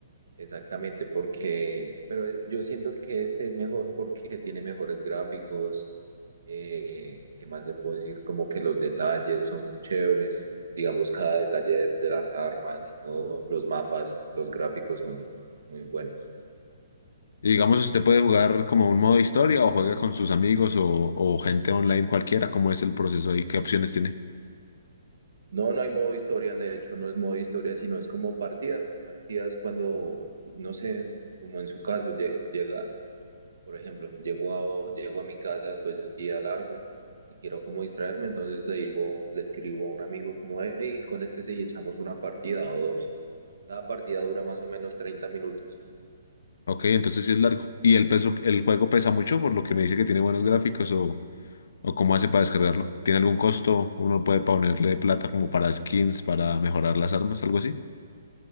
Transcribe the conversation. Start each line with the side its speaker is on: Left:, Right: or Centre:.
Right: Exactamente, porque, pero eh, yo siento que este es mejor porque tiene mejores gráficos, eh, ¿qué más le puedo decir? Como que los detalles son chéveres, digamos, cada detalle de, de las armas y todo, los mapas, los gráficos son muy buenos.
Left: Y digamos, usted puede jugar como un modo historia o juega con sus amigos o, o gente online cualquiera, ¿cómo es el proceso ahí? ¿Qué opciones tiene?
Right: No, no hay modo historia, de hecho no es modo historia, sino es como partidas, partidas cuando, no sé, como en su caso, lle- llega, Por ejemplo, llego a, llego a mi casa después de un día largo y quiero como distraerme, entonces le digo, le escribo a un amigo como, hey, conéctese y echamos una partida o dos. Cada partida dura más o menos 30 minutos.
Left: Ok, entonces sí es largo. ¿Y el peso, el juego pesa mucho por lo que me dice que tiene buenos gráficos o, o cómo hace para descargarlo? ¿Tiene algún costo? ¿Uno puede ponerle plata como para skins, para mejorar las armas, algo así?